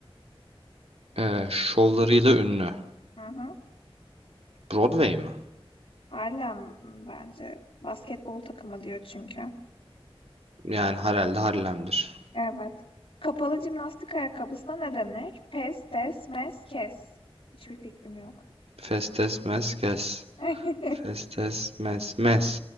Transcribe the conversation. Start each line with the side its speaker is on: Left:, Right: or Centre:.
Right: Ee, şovlarıyla ünlü.
Left: Hı hı.
Right: Broadway mi?
Left: Harlem bence basketbol takımı diyor çünkü.
Right: Yani herhalde Harlem'dir.
Left: Evet. Kapalı jimnastik ayakkabısına ne denir? Pes, des, mes, kes. Hiçbir fikrim yok.
Right: Festes mes kes.
Left: <laughs>
Right: Festes mes mes.